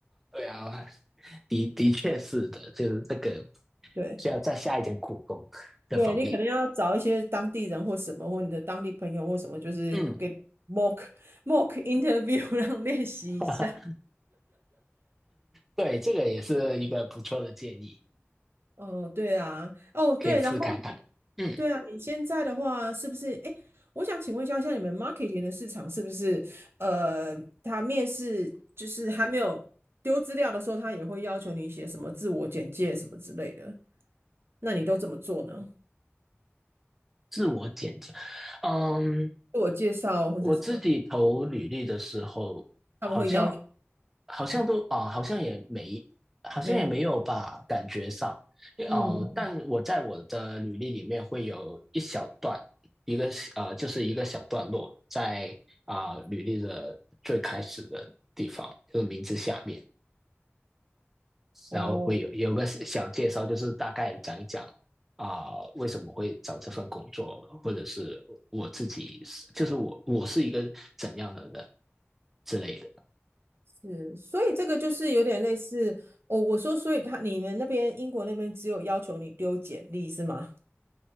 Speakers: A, in the centre; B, on the right.
A: 对啊，的的确是的，就是这个
B: 对，
A: 需要再下一点苦功这方面。
B: 对你可能要找一些当地人或什么，或你的当地朋友或什么，就是给
A: 嗯，
B: mock <laughs> mock interview 让练习一下。
A: <laughs> 哈哈，对，这个也是一个不错的建议，
B: 哦，对啊，哦对，
A: 可以试看看。
B: 然后
A: 嗯，
B: 对啊，你现在的话是不是？哎，我想请问一下，像你们 marketing 的市场是不是？呃，他面试就是还没有丢资料的时候，他也会要求你写什么自我简介什么之类的，那你都怎么做呢？
A: 自我检查，嗯，
B: 自我介绍或者什么，
A: 我自己投履历的时候，
B: 他们会要求
A: 好像好像都啊、
B: 吗
A: 好像也没，好像也没有吧，
B: 没有？
A: 感觉上，因哦、
B: 嗯，
A: 但我在我的履历里面会有一小段，一个呃，就是一个小段落在啊、履历的最开始的地方，就是名字下面，
B: 哦，
A: 然后会有有个小介绍，就是大概讲一讲啊、呃为什么会找这份工作，或者是我自己是，就是我我是一个怎样的人之类的。
B: 是，所以这个就是有点类似哦。我说，所以他你们那边英国那边只有要求你丢简历是吗？